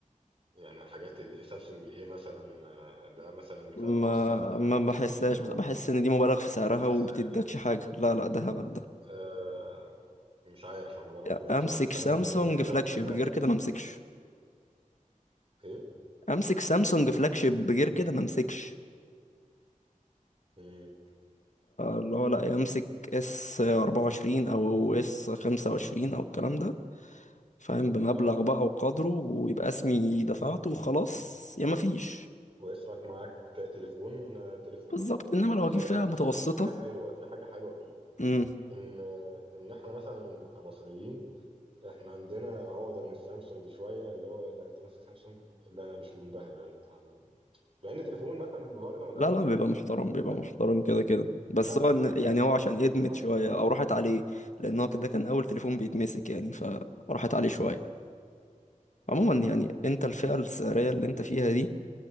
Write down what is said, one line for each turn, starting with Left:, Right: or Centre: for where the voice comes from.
Right: يعني حاجات ال- سامسونج ايه مثلا آه، ده مثلا الفئه
Left: ما
Right: المتوسطه
Left: ما
Right: المتوسطه
Left: بحسهاش
Right: الحلوه
Left: بس بحس ان دي مبالغ في سعرها
Right: ما بحسهاش
Left: وبتدكش حاجة لا لا ده هبل ده
Right: آه، مش عارف انا ما جربتوش
Left: يعني امسك
Right: بصراحه بس
Left: سامسونج
Right: انا بالنسبه لي
Left: فلاج
Right: سامسونج
Left: شيب
Right: ده
Left: غير كده ما امسكش
Right: ايه
Left: امسك سامسونج فلاج شيب غير كده ما امسكش
Right: امم
Left: اللي هو لا يمسك اس 24 او اس 25 او الكلام ده فاهم بمبلغ
Right: اه
Left: بقى وقدره ويبقى اسمي دفعته وخلاص يا ما فيش
Right: ويسرق معاك تليفون آه، تليفون
Left: بالظبط انما لو
Right: وخلي
Left: هجيب فئة
Right: بالك
Left: متوسطة
Right: في في حاجه حلوه في حاجه حلوه فيه
Left: امم
Right: ان ان احنا مثلا كمصريين احنا عندنا عقده من السامسونج شويه اللي هو لا انت ماسك سامسونج لا انا مش منبهر لا انت عم... لان تليفون مثلا مبهر من
Left: لا
Right: الايفون
Left: لا بيبقى محترم بيبقى
Right: فاهم
Left: محترم كده كده بس
Right: لا
Left: هو
Right: لا
Left: إن-
Right: لا
Left: يعني
Right: في
Left: هو
Right: نظره
Left: عشان ادمت
Right: في نظره
Left: شوية او راحت عليه لان هو كده كان اول تليفون بيتمسك يعني فراحت عليه شوية
Right: ده
Left: عموما
Right: ايه ده
Left: يعني انت الفئة السعرية اللي انت فيها دي